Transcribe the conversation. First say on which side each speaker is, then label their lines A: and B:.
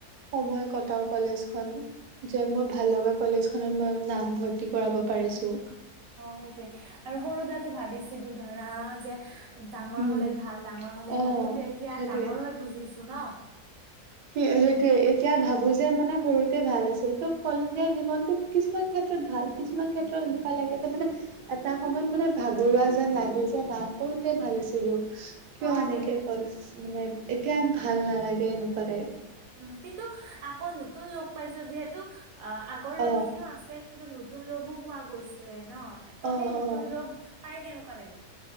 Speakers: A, on the right; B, on the right.
A: সময় কটাও কলেজখন। যে, মোৰ ভাল লগা কলেজখনত মই, নাম ভৰ্তি কৰাব' পাৰিছো।
B: সেইটোৱে, আৰু হ এ ভাবিছিলো ধৰা, যে ডাঙৰ
A: উম
B: হলেই ভাল, ডাঙৰ হলেই
A: অ
B: ভাল, কিন্তু এতিয়া
A: সেইটোৱে
B: ডাঙৰ হৈ বুজিছো ন'।
A: কি সেইটোৱে, এতিয়া ভাবো যে, মানে সৰুতে ভাল আছিল, ত' কলেজীয়া জীৱনতটো কিছুমান ক্ষেত্ৰত ভাল, কিছুমান ক্ষেত্ৰত এনেকুৱা লাগে যে, মানে এটা সময়ত মানে, ভাগৰুৱা যেন লাগে যে, না' সৰুতে ভাল আছি কৈছিলো, কিয়
B: অ
A: এনেকে
B: সেইটোৱে
A: কয়, মানে, এতিয়া ভাল নালাগে এনেকুৱা টাইপ।
B: উম, কিন্তু আকৌ নতুন লগ পাইছো যিহেতু। আ', আগৰ লগ
A: অ
B: খিনিও আছে। কিন্তু নতুন লগো পোৱা গৈছে। ন', ত'
A: অ
B: সেই নতুন
A: অ
B: লগ, পাই কেনেকুৱা লাগিল?